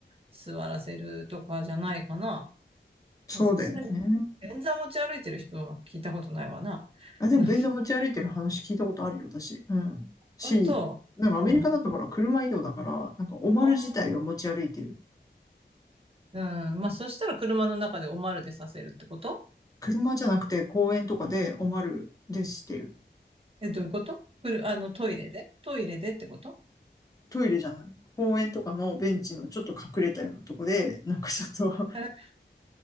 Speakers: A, on the right (about 30°); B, on the left (about 20°).
A: 座らせるとかじゃないかな。
B: そうだよね。
A: まあ、さすがに、便座持ち歩いてる人は聞いたことないわな。
B: あ、でも便座持ち歩いてる話聞いたことあるよ、
A: な、
B: 私。うん。し、
A: 本当。
B: なんかアメリカだとほら、
A: うん。
B: 車移動だから、なんかおまる自体を持ち歩いてる。
A: あーうん。まあ、そしたら車の中でおまるでさせるってこと
B: 車じゃなくて公園とかでおまるでしてる。
A: え、どういうことくる、あの、トイレでトイレでってこと
B: トイレじゃない。公園とかのベンチのちょっと隠れたようなとこで、なんかちょっと
A: あ